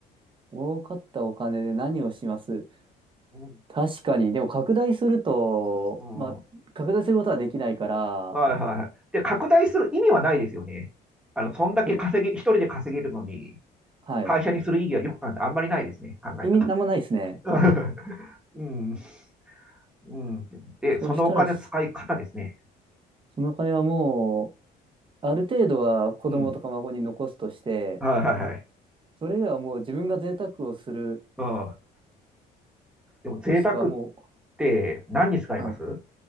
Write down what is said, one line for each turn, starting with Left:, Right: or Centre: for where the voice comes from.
Right: 儲かったお金で何をします
Centre: うん。
Right: 確かに。でも拡大すると、
Centre: うん。
Right: まあ、
Centre: は
Right: 拡大することはできないから、
Centre: いはいはい。で、拡大する意味はないですよね。あの、そんだけ稼げ、
Right: かく
Centre: 一人で稼げるのに、
Right: はい。
Centre: 会社にする意義はよく考えたらあんまりないですね。考えたら。
Right: 意味なんもないですね。
Centre: <laughs> うん、<laughs> うん。で、
Right: そうしたら、
Centre: そのお金の使い方ですね。
Right: そそのお金はもう、ある程度は子供とか孫に残すとして、
Centre: うん。はいはいはい。
Right: それではもう自分が贅沢をする
Centre: うん。でも、贅沢っ
Right: しかも
Centre: て何に使います
Right: う、はい、